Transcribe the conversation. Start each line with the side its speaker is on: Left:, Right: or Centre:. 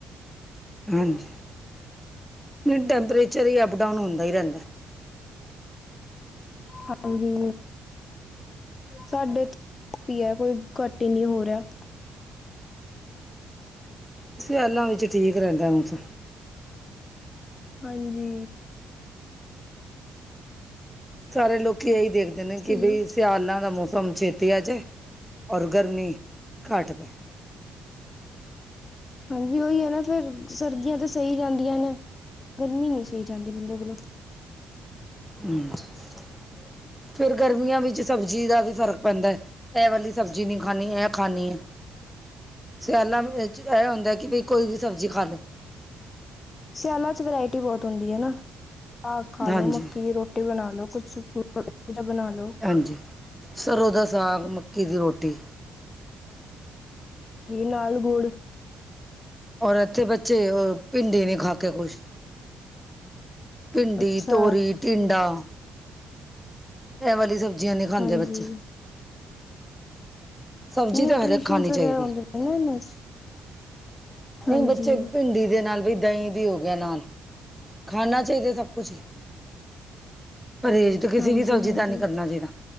Centre: ਹਾਂਜੀ। ਨਹੀਂ ਟੈਂਪਰੇਚਰ ਹੀ ਅਪਡਾਊਨ ਹੁੰਦਾ ਹੀ ਰਹਿੰਦਾ।
Left: ਹਾਂਜੀ ਸਾਡੇ ਤੇ ਘਟ ਹੀ ਹੈ, ਕੋਈ ਘੱਟ ਹੀ ਨਹੀਂ ਹੋ ਰਿਹਾ।
Centre: ਸਿਆਲਾਂ ਵਿੱਚ ਠੀਕ ਰਹਿੰਦਾ ਮੌਸਮ।
Left: ਹਾਂਜੀ।
Centre: ਸਾਰੇ ਲੋਕੀ ਇਹੀ ਦੇਖਦੇ ਨੇ ਕਿ
Left: ਹੈਲੋ।
Centre: ਬਈ ਸਿਆਲਾਂ ਦਾ ਮੌਸਮ ਚ, ਟਿਆ ਆ ਜਾਏ ਔਰ ਗਰਮੀ ਘਾਟ ਪਏ।
Left: ਹਾਂਜੀ ਉਹੀ ਹੈ ਨਾ ਫੇਰ ਸਰਦੀਆਂ ਤਾਂ ਸਹੀ ਜਾਂਦੀਆਂ ਨੇ, ਗਰਮੀ ਨਹੀਂ ਸਹੀ ਜਾਂਦੀ ਬੰਦੇ ਕੋਲੋਂ।
Centre: ਹੂੰ ਜੀ ਫੇਰ ਗਰਮੀਆਂ ਵਿੱਚ ਸਬਜ਼ੀ ਦਾ ਵੀ ਫ਼ਰਕ ਪੈਂਦਾ ਹੈ, ਇਹ ਵਾਲੀ- ਸਬਜ਼ੀ ਨਹੀਂ ਖਾਣੀ ਇਹ ਖਾਣੀ ਹੈ ਸਿਆਲਾਂ ਇਹ ਹੁੰਦਾ ਕਿ ਬਈ ਕੋਈ ਵੀ ਸਬਜ਼ੀ ਖਾ ਲਓ
Left: ਸਿਆਲਾਂ ਚ ਵਰਾਇਟੀ ਬਹੁਤ ਹੁੰਦੀ ਹੈ ਨਾ ਸਾਗ ਖਾ
Centre: ਹਾਂਜੀ
Left: ਲੋੋ ਮੱਕੀ ਦੀ ਰੋਟੀ ਰੋਟੀ ਬਣਾ ਲ ਲੋ ਕੁਛ ਬਣਾ ਲ ਲੋ
Centre: ਹਾਂਜੀ ਸਰੋਂ ਦਾ ਸਾਗ ਮੱਕੀ ਦੀ ਰੋਟੀ
Left: ਘੀ ਨਾਲ ਗੁੜ
Centre: ਔਰ ਇੱਥੇ ਬੱਚੇ ਭਿੰਡੀ ਨੀ ਖਾ ਕੇ ਖੁਸ਼ ਭਿੰਡੀ
Left: ਅੱਛਾ
Centre: ਤੋਰੀ ਟਿੰਡਾ ਇਹ ਵਾਲੀ ਸਬਜ਼ੀਆਂ ਨਹੀਂ ਖਾਂਦੇ
Left: ਹਾਂਜੀ
Centre: ਬੱਚੇ ਸਬਜ਼ੀ
Left: ਨਿਊਟ੍ਰਿਸ਼ਨ
Centre: ਤਾਂ ਹਰੇਕ ਖਾਣੀ
Left: ਵਗੈਰਾ
Centre: ਚਾਹੀਦੀ
Left: ਹੁੰਦੇ ਇਹਨਾਂ ਚ ਹਾਂਜੀ
Centre: ਨਹੀਂ ਬੱਚੇ ਭਿੰਡੀ ਦੇ ਨਾਲ ਵੀ ਦਹੀਂ ਦੀ ਹੋ ਗਿਆ ਨਾਲ ਖਾਣਾ ਚਾਹੀਦਾ ਸਭ ਕੁਛ ਪਰਹੇਜ਼ ਕਿਸੇ
Left: ਹਾਂਜੀ
Centre: ਵੀ ਸਬਜ਼ੀ
Left: ਹਾਂਜੀ
Centre: ਦਾ ਨੀ ਕਰਨਾ ਚਾਹੀਦਾ